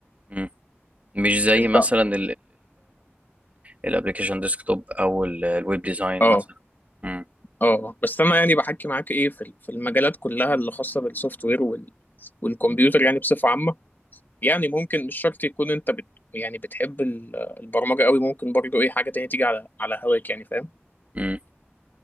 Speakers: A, on the right (about 35°); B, on the left (about 45°).
A: مم. مش زي
B: انت
A: مثلا الابلكيشن ديسكتوب او الويب ديزاين
B: اه
A: مثلا مم.
B: اه بس انا يعني بحكي معاك ايه في في المجالات كلها اللي خاصه بالسوفت وير وال والكمبيوتر يعني بصفه عامه يعني ممكن مش شرط يكون انت بت يعني بتحب ال- البرمجه قوي ممكن برضو ايه حاجه تانية تيجي على على هواك يعني فاهم
A: مم.